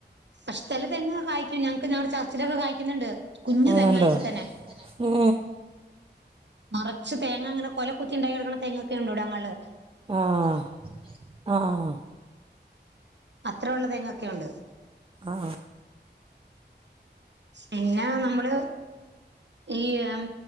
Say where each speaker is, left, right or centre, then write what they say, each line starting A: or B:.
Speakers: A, on the right; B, on the right.
A: പക്ഷേ ചെല തെങ്ങ് കായിക്കും ഞങ്ങക്ക് ഞങ്ങടെ ചർച്ചിലൊക്കെ കായിക്കുന്നിണ്ട്. കുഞ്ഞു
B: ആ
A: തെങ്ങായിപ്പ
B: ഉണ്ടോ
A: തന്നെ
B: ഏ
A: നറച്ച് തേങ്ങ അങ്ങനെ കൊലക്കുത്തി ഇണ്ടായി കെടക്കണ തെങ്ങൊക്കെ ഉണ്ട് ഇവടങ്ങളില്.
B: ആഹ് ആഹ്
A: അത്ര ഉള്ള തെങ്ങൊക്കെ ഉണ്ട്.
B: ആ
A: പിന്നെ നമ്മള് ഈ ഉം